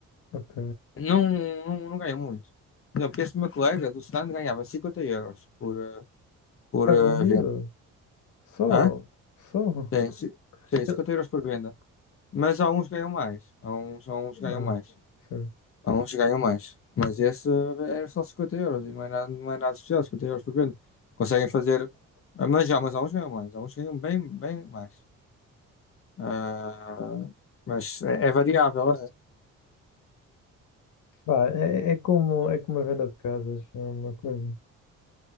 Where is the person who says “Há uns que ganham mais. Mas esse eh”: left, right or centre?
Left